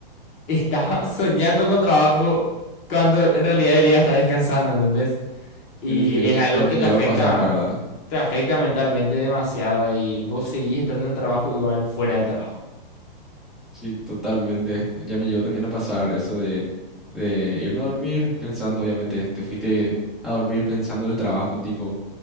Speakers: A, on the left; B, in the centre.
A: estaba <laughs> soñando con trabajo cuando en realidad debería estar descansando, ¿entendés? Y
B: Sí, sí,
A: es algo
B: ya me
A: que
B: llegó
A: te afecta,
B: a pasar, la verdad.
A: te afecta mentalmente demasiado y vos seguís estando en el trabajo igual fuera del trabajo.
B: Sí, totalmente. Ya me llegó también a pasar eso de, de irme a dormir pensando, obviamente, te fuiste a dormir pensando en el trabajo, tipo,